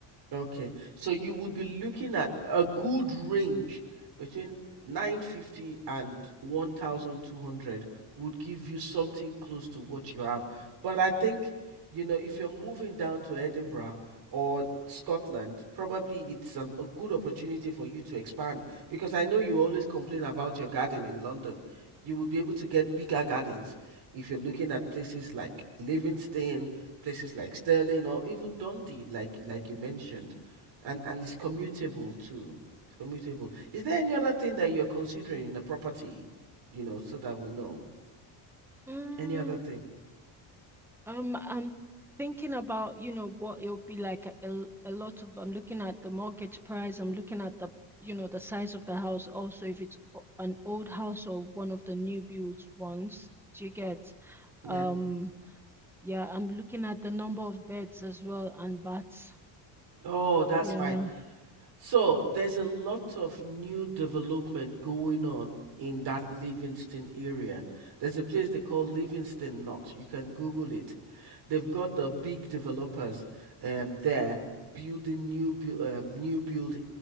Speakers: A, on the right; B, in the centre.
A: Okay. So you would be looking at a good range between 950 and 1200 would give you something close to what you have. But I think, you know, if you're moving down to Edinburgh or Scotland, probably it's an, a good opportunity for you to expand because I know you always complain about your garden in London. You would be able to get bigger gardens if you're looking at places like Livingston places like Stirling or even Dundee, like like you mentioned, and and it's commutable too. It's commutable. Is there any other thing that you're considering in a property? You know, so that we know.
B: Mm,
A: Any other thing?
B: um, I'm thinking about, you know, what it'll be like a, a a lot of, I'm looking at the mortgage price. I'm looking at the, you know, the size of the house. Also, if it's o- an old house or one of the new builds ones, do you get?
A: Yeah.
B: Um, yeah, I'm looking at the number of beds as well and baths.
A: Oh, that's
B: Yeah.
A: fine. So there's a lot of new development going on in that Livingston area. There's a place they call Livingston Knot. You can Google it. They've got the big developers um, there building new bu- um, new build